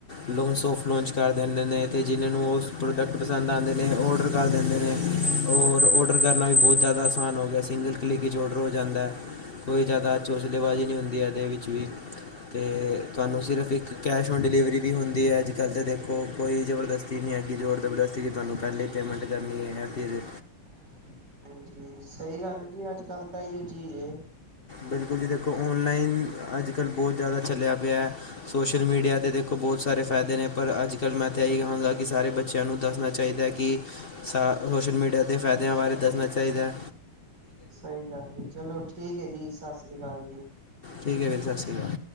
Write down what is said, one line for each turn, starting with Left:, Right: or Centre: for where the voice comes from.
Left: ਲੋੌ ਸੋਫਟ ਲੋਂਚ ਕਰ ਦਿੰਦੇ ਨੇ, ਤੇ ਜਿਹਨ੍ਹਾਂ ਨੂੰ ਉਹ ਪ੍ਰੋਡਕਟ ਪਸੰਦ ਆਉਂਦੇ ਨੇ ਔਡਰ ਕਰ ਦਿੰਦੇ ਨੇ ਔਰ ਔਡਰ ਕਰਨਾਂ ਵੀ ਬਹੁਤ ਜ਼ਿਆਦਾ ਆਸਾਨ ਹੋ ਗ਼ਿਆ, ਸਿੰਗਲ ਕਲਿੱਕ ' ਚ ਔਡਰ ਹੋ ਜਾਂਦਾ ਕੋਈ ਜ਼ਿਆਦਾ ਚੋਚਲੇਬਾਜ਼ੀ ਨਹੀਂ ਹੁੰਦੀ ਇਹਦੇ ਵਿੱਚ ਵੀ ਤੇ ਤੁਹਾਨੂੰ ਸਿਰਫ਼ ਇੱਕ ਕੈਸ਼ ਔਨ ਡਿਲੀਵਰੀ ਵੀ ਹੁੰਦੀ ਹੈ ਅੱਜ ਕੱਲ੍ਹ ਤਾਂ ਦੇਖੋ ਕੋਈ ਜ਼ਬਰਦਸਤੀ ਨਹੀਂ ਹੈਗੀ, ਜ਼ੋਰ ਜ਼ਬਰਦਸਤੀ ਕਿ ਤੁਹਾਨੂੰ ਪਹਿਲੇ ਪੇਮੈਂਟ ਕਰਨੀਂ ਹੈ ਫ਼ੇਰ
Right: ਹਾਂਜੀ ਸਹੀ ਗੱਲ ਏ ਜੀ, ਅੱਜ ਕੱਲ੍ਹ ਤਾਂ ਇਹੀ ਚੀਜ਼ ਐ
Left: ਬਿਲਕੁੱਲ ਜੀ ਦੇਖੋਂ ਔਨਲਾਈਨ ਅੱਜ ਕੱਲ੍ਹ ਬਹੁਤ ਜ਼ਿਆਦਾ ਚੱਲਿਆ ਪਿਆ ਹੈ, ਸੋਸ਼ਲ ਮੀਡੀਆ 'ਤੇ ਦੇਖੋ ਬਹੁਤ ਸਾਰੇ ਫ਼ਾਇਦੇ ਨੇਂ, ਪਰ ਅੱਜ ਕੱਲ੍ਹ ਮੈਂ ਤਾਂ ਇਹੀ ਕਹਾਂਗਾ ਕਿ ਸਾਰੇ ਬੱਚਿਆਂ ਨੂੰ ਦੱਸਣਾ ਚਾਹੀਂਦਾ ਹੈਂ ਕੀ ਸਾ ਸੋਸ਼ਲ ਮੀਡੀਆ ਦੇ ਫ਼ਾਇਦੇਆ ਬਾਰੇ ਦੱਸਣਾਂ ਚਾਹੀਂਦਾ
Right: ਸਹੀ ਗੱਲ ਹੈ, ਚਲੋ ਠੀਕ ਹੈ ਜੀ ਸਤਿ ਸ੍ਰੀ ਅਕਾਲ ਜੀ
Left: ਠੀਕ ਹੈ ਜੀ ਸਤਿ ਸ਼੍ਰੀ ਅਕਾਲ